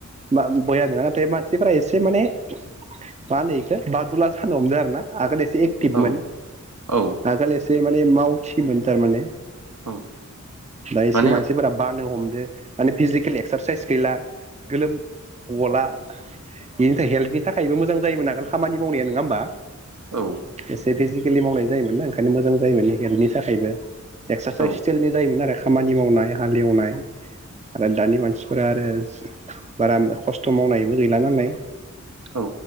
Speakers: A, on the right (about 25°); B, on the right (about 75°).
A: बा बया नङा नाथाय मानसिफ्रा एसे माने मा होनो इखो बादुला जानो हमदों आरोना आगोल एसे एक्टिभमोन
B: औ औ
A: आगोल जे माने मावथिमोन थारमाने
B: औ
A: दा एसे
B: माने
A: मानसिफोरा बानो हमदो माने फिजिकेल एक्सारसायस गैला गोलोम गला बेनि थाखाय हेल्थनि थाखायबो मोजां जायोमोन आगोल खामानि मावनाया नङा होमबा
B: औ
A: एसे फिजि केलि मावनाय जायोमोन ना ओंखायनो मोजां जायोमोन हेल्थनि थाखायबो एक्सारसाइस
B: औ
A: स्टेलनि जायोमोन आरो। खामानि मावनाय हालौवनाय आरो दानि मानसि फोर आरो बारा खस्थ' मावनायबो गैला नालाय।
B: औ।